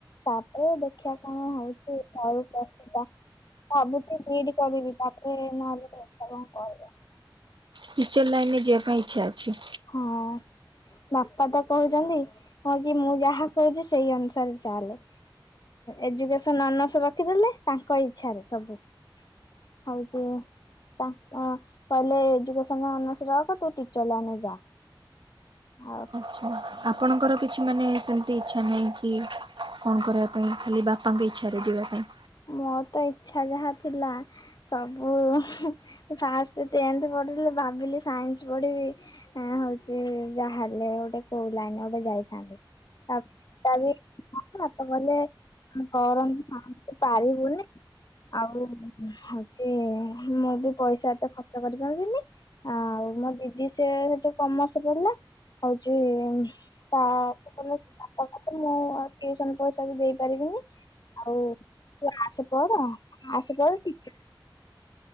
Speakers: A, on the left (about 50°); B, on the right (about 70°).
A: ତାପରେ ଦେଖିବା କଣ ହଉଛି। <unintelligible> ଭାବୁଛି ବି ଇ ଡି କରିବି, ତାପରେ ନହେଲେ କଥା କଣ କହିବା।
B: ଟିଚର ଲାଇନରେ ଯିବା ପାଇଁ ଇଚ୍ଛା ଅଛି।
A: ହଁ। ବାପା ତ କହୁଛନ୍ତି, ହଁ କି ମୁଁ ଯାହା କହୁଛି ସେଇ ଅନୁସାରେ ଚାଲେ। ଏଜୁକେସନ ଅନର୍ସ ରଖିଦେଲେ, ତାଙ୍କ ଇଚ୍ଛାରେ ସବୁ। <unintelligible> ତା କହିଲେ ଏଜୁକେସନ ଅନର୍ସ ରଖ, ତୁ ଟିଚର ଲାଇନ୍ ରେ ଯା। ଆ
B: ଆଚ୍ଛା ଆପଣଙ୍କର କିଛି ମାନେ ସେମିତି ଇଛା ନାହିଁ କି କଣ କରିବା ପାଇଁ, ଖାଲି ବାପାଙ୍କ ଇଚ୍ଛାରେ ଯିବା ପାଇଁ।
A: ମୋର ତ ଇଛା ଯାହା ଥିଲା ସବୁ ଫାଷ୍ଟ ଟେନଥ ପଢ଼ିଲି, ଭାବିଲି ସାଇନ୍ସ ପଢ଼ିବି। ଏଁ ହଉଛି ଯାହା ହେଲେ, ଗୋଟେ କୋଉ ଲାଇନରେ ଗୋଟେ ଯାଇଥାନ୍ତି? <unintelligible> ବାପା କହିଲେ କରନି ଆଉ। ପାରିବୁନି ଆଉ ହଉଛି ମୁଁ ବି ପଇସା ଏତେ ଖର୍ଚ୍ଚ କରିପାରିବିନି। ଆଉ ମୋ ଦିଦି ସେ ଗୋଟେ କମର୍ସ ପଢିଲା। ହଉଚି ତ ସେବେ ବାପ ବି କହିଲେ ମୁଁ ଟିଉସନ ପଇସା ବି ଦେଇ ପାରିବିନି ଆଉ ତୁ ଆର୍ଡସ୍ ପଢ଼, ଆର୍ଡସ୍ ପଢ଼ ଟି